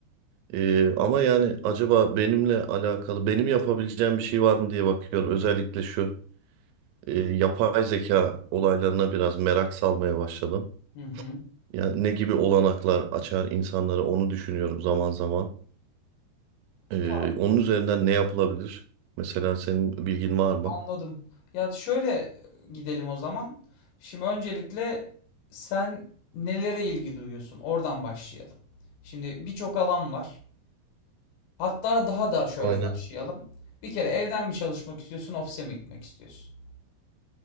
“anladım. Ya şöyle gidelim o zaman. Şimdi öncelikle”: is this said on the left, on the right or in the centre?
Left